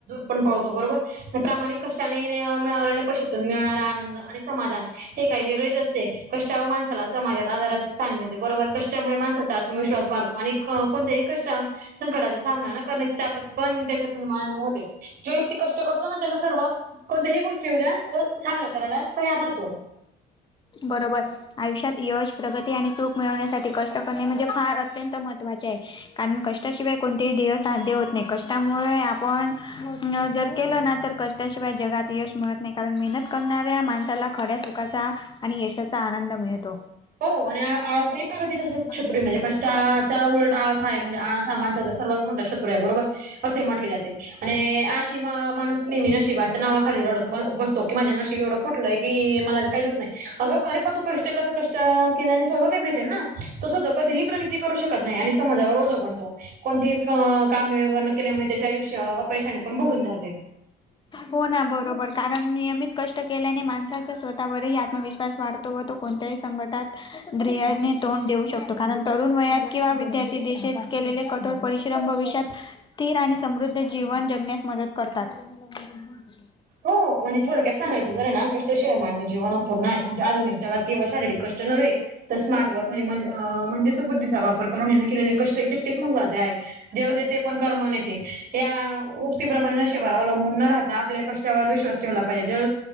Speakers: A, on the right; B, on the left.
A: पणं पळतो बरोबर प्रामाणिक कष्टांचने मिळवलेल्या पैशांतून मिळणांरा आनंद आणि समाधान हे कांहीं वेगळेचं असते कष्टांळू माणसांला समाजांत आदारांचे स्थांन मिळते बरोबर कष्टांमुळे माणसांचा आत्मविश्वास वाढतो आणि अं कोणत्यांही कष्टं संकटांचा सामना न करण्यांची ताकद पणं त्यांच्यांत निर्माण होते जो व्यक्ती कष्टं करतो नां त्यांला सर्व कोणत्यांही गोष्टी येऊंद्या तो सामना करांयला तयार राहतो
B: बरोबर आयुष्यांत यश प्रगती आणि सुख मिळवण्यांसाठी कष्टं करणे म्हणजे फांर अत्यंत महत्त्वाचे आहे कारणं कष्टांशिवाय कोणतेही ध्येंय सांध्य होतं नाहीं कष्टांमुळे आपणं जरं केलं नां तरं कष्टं शिवाय जगातं यंश मिळतं नाहीं कारणं मेहनत करणाऱ्यां माणसांला खंड्या सुखांचा आणि यशाचां आनंद मिळतो
A: हो आणि आं प्रगती जे
B: माहिती
A: शत्रंय
B: ना
A: म्हणजे कशी चां उलटं आळांस हे आहे म्हणजे आळांस हां माणसांचा सर्वात मोठा शत्रूं आहे बरोबर असे म्हटले जाते आणि आशिमा माणूंस नेहमी नशीबाच्या नांवा खाली रडतो बसतो की माझ्या नशीब एवढं कुटलंय की मलां तरं कांहींच होतं नाहीं अंग अरे पणं तूं कष्टं करं तं केल्यांने सर्व कायं भेटेल नां तसं तं कधींही प्रगती करूं शकतं नाहीं आणि समांजावर ओझ बनतो कोणत्यांही की कामं वेळेवरं नं केल्यांमुळे त्यांचे आयुष्य अपयशांने पणं भरूंन जाते
B: हो नां बरोबर कारणं नियमितं कष्टं केल्याने माणसांच्या स्वंतः आत्मविश्वास वाढतो व तो कोणत्यांही संकटांत ध्येयने तोंड देऊ शकतो कारणं तरुंण वयांत किंवा विद्यार्थी दिशेत केलेले कठोर परिश्रम भविष्यात ते स्थिर आणि समृद्धी जीवन जगण्यांस मदतं करतांत <unintelligible>
A: हो म्हणजे थोडंया सांगायचं जरं नां कष्टं शी आहे मांन जीवन पूर्ण म्हणजे आधुनीक जगांत केवळ शारीरिक कष्टं नव्हे तरं स्मार्ट वर्क म्हंण म्हणजेच बुद्धीचा वापरं करूंन हिने के कष्टं तितकेच मणाे आहेतं ते पणं करमांन येते यां उक्तीप्रमाणे नशेबा अवलंबून नं राहतां आपल्या कष्टांवरं विश्वास ठेवला पाहिजे